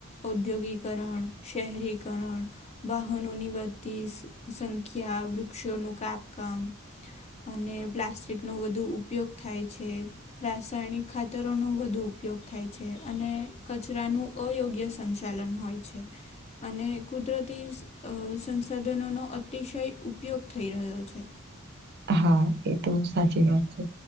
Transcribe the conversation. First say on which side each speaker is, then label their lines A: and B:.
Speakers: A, on the left; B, on the right.
A: ઉઔદ્યોગીકરણ શહેરીકરણ વાહનોની વધતી સંખ્યા વૃક્ષોનું કાપકામ અને પ્લાસ્ટિકનો વધુ ઉપયોગ થાય છે. રાસાયણિક ખાતરોનો વધુ ઉપયોગ થાય છે અને કચરાનું અયોગ્ય સંચાલન થાય છે. અને કુદરતી સંસાધનોનો અતિશય ઉપયોગ થઈ રહ્યો છે.
B: હા એ તો સાચી વાત છે.